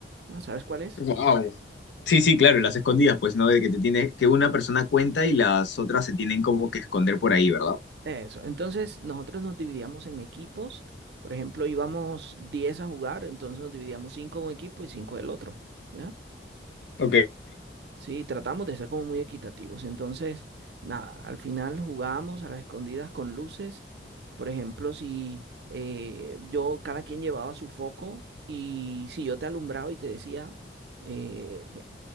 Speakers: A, on the right (about 70°); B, on the left (about 80°).
A: ¿no? ¿Sabes cuál es?
B: Wow. Sí, sí, claro, las escondidas, pues, ¿no? De que te tiene, que una persona cuenta y las otras se tienen como que esconder por ahí, ¿verdad?
A: Eso. Entonces, nosotros nos dividíamos en equipos. Por ejemplo, íbamos 10 a jugar, entonces nos dividíamos 5 de un equipo y 5 del otro. ¿ya?
B: Ok.
A: Sí, tratamos de ser como muy equitativos. Entonces, nada, al final jugábamos a las escondidas con luces. Por ejemplo, si eh, yo, cada quien llevaba su foco y si yo te alumbraba y te decía, eh,